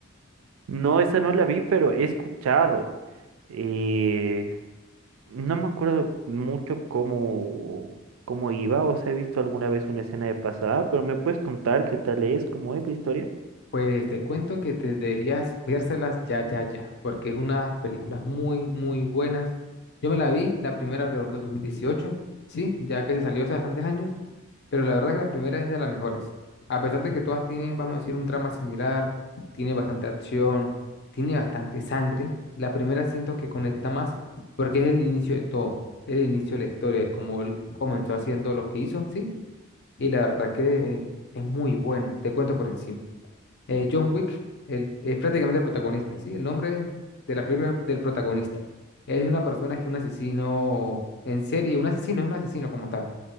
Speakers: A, on the right; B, on the left.
A: No, esa no la vi, pero he escuchado. eh, no me acuerdo mucho cómo, cómo iba, o sea, he visto alguna vez una escena de pasada, pero ¿me puedes contar qué tal es, cómo es la historia?
B: Pues te cuento que te deberías vérselas ya, ya, ya, porque es unas películas muy, muy buenas. Yo me la vi, la primera alrededor del dos mil dieciocho sí, ya que se salió hace bastantes años, pero la verdad que la primera es de las mejores. A pesar de que todas tienen, vamos a decir, un trama similar, tiene bastante acción, tiene bastante sangre, la primera siento que conecta más porque es el inicio de todo, el inicio de la historia, como él comenzó haciendo lo que hizo, sí, y la verdad que es muy buena, te cuento por encima eh, John Wick el- es prácticamente el protagonista, ¿sí? El nombre de la película del protagonista. Es una persona que es un asesino en serie, un asesino, es un asesino como tal,